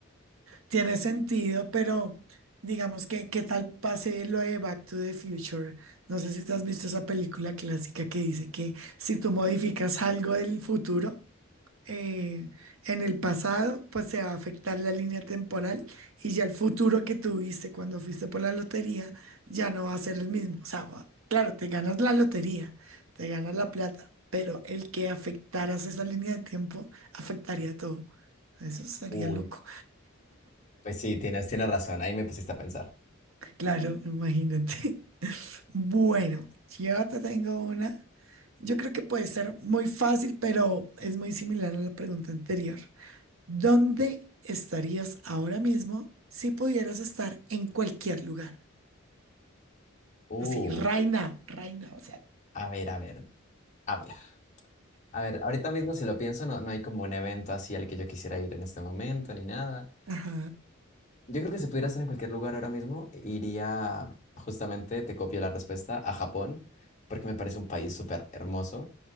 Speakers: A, on the right (about 80°); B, on the left (about 35°).
A: Tiene sentido, pero digamos que, ¿qué tal pase lo de Back to the Future? No sé si te has visto esa película clásica que dice que si tú modificas algo del futuro, eh, en el pasado, pues se va a afectar la línea temporal y ya el futuro que tuviste cuando fuiste por la lotería ya no va a ser el mismo. O sea, va- claro, te ganas la lotería, te ganas la plata, pero el que afectaras esa línea de tiempo afectaría todo. Eso sería
B: Uy,
A: loco.
B: pues sí, tienes, tienes razón, ahí me pusiste a pensar.
A: Claro, imagínate. <laughs> Bueno, yo te tengo una. Yo creo que puede ser muy fácil, pero es muy similar a la pregunta anterior. ¿Dónde estarías ahora mismo si pudieras estar en cualquier lugar?
B: Uf,
A: Así, right now, right now, o sea.
B: a ver, a ver, a ver. A ver, ahorita mismo si lo pienso, no, no hay como un evento así al que yo quisiera ir en este momento ni nada.
A: Ajá.
B: Yo creo que si pudiera estar en cualquier lugar ahora mismo, iría justamente, te copio la respuesta, a Japón, porque me parece un país súper hermoso